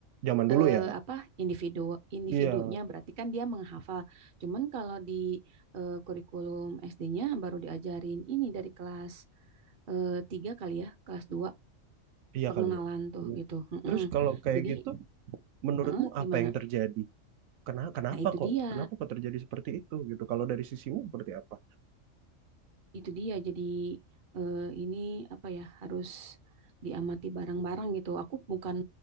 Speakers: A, on the right (about 85°); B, on the right (about 50°).
A: Zaman dulu
B: eh,
A: ya.
B: apa individu individunya
A: Iya,
B: berarti kan dia menghafal cuman kalau di eh, kurikulum SD-nya baru diajarin ini dari kelas eh, 3 kali ya kelas dua
A: iya
B: pengenalan
A: kali ya.
B: tuh
A: Iya.
B: gitu Mm-mm.
A: Terus kalau kayak
B: Jadi
A: gitu menurutmu
B: eh, gimana
A: apa yang terjadi? Kenapa kenapa
B: Nah, itu
A: kok?
B: dia.
A: Kenapa kok terjadi seperti itu gitu? Kalau dari sisimu seperti apa?
B: itu dia jadi eh, ini apa ya harus diamati bareng-bareng gitu. Aku bukan